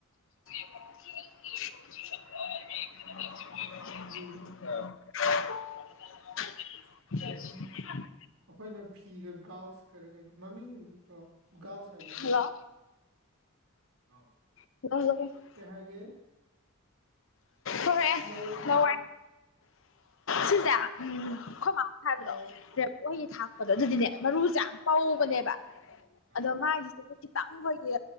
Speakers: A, on the left; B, on the right.
A: <unintelligible> <inaudible>
B: ꯌꯨꯒ ꯎꯝ ꯑꯩꯈꯣꯏꯅ ꯐꯤꯒ ꯒꯥꯎꯁ ꯈꯔ ꯀꯩꯅꯣ ꯃꯃꯤꯡꯗꯣ ꯒꯥꯎꯁ ꯍꯥꯏꯕ꯭ꯔꯥ ꯑꯗꯨꯗ
A: ꯍꯜꯂꯣ
B: <inaudible>
A: <unintelligible>
B: ꯀꯩꯍꯥꯏꯒꯦ
A: ꯍꯣꯏ
B: ꯂꯧꯔꯛꯑꯦ ꯍꯥꯏꯔꯣ
A: ꯅꯨꯡꯋꯥꯏ ꯁꯤꯖꯥ ꯎꯝ ꯈꯣꯏ ꯃꯅꯥ ꯍꯥꯏꯕꯗꯣ
B: ꯍꯣꯏ
A: ꯃꯣꯏꯒꯤ ꯊꯥꯛꯄꯗꯣ ꯑꯗꯨꯗꯤꯅꯦ ꯃꯔꯨꯁꯦ ꯌꯥꯝ ꯄꯧꯕꯅꯦꯕ
B: <unintelligible>
A: ꯑꯗꯣ ꯃꯥꯒꯤꯁꯤꯗꯤ ꯈꯤꯇꯪ ꯑꯩꯈꯣꯏꯒꯤ